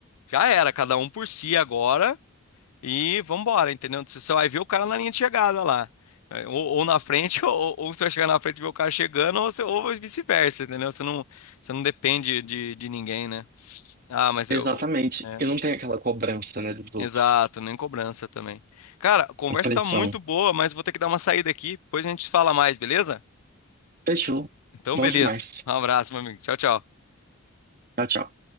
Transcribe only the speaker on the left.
já era, cada um por si agora e vambora, entendeu? Você só vai ver o cara na linha de chegada lá. É, Ou, ou na frente, <laughs> ou, ou você vai chegar na frente e ver o cara chegando, ou, você- ou vice-versa, entendeu? Você não, você não depende de, de ninguém, né? Ah, mas
eu. né?
Exato, nem cobrança também. Cara, a conversa
tá muito boa, mas vou ter que dar uma saída aqui, depois a gente fala mais, beleza?
Então,
beleza.
Um abraço, meu amigo. Tchau, tchau.